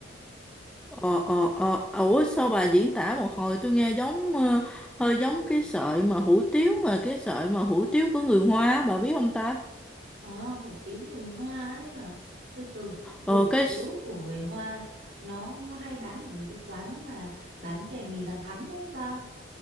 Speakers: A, in the centre; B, on the right (about 60°).
A: ờ ờ ờ ủa sao bà diễn tả một hồi tôi nghe giống ờ, hơi giống cái sợi mà hủ tiếu mà cái sợi mà hủ tiếu của người Hoa á, bà biết không ta
B: À, hủ tiếu người Hoa ấy hả? Từ từ hủ
A: Ờ cái
B: tiếu của người Hoa nó nó hay bán ở mấy cái quán mà bán kèm mì Văn Thắn đúng không ta?